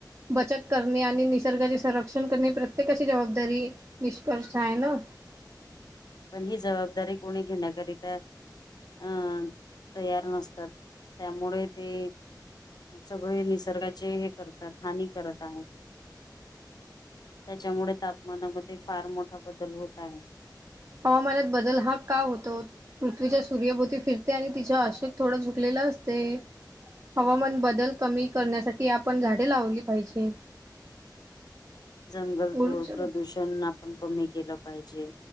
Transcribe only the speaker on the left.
पण ही जबाबदारी कोणी घेण्याकरीता अं तयार नसतात त्यामुळे ते सगळे निसर्गाचे हे करतात हानी करत आहेत त्याच्यामुळे तापमानामध्ये फार मोठा बदल होत आहे
जंगल
तोड प्रदूषण आपण कमी केलं पाहिजे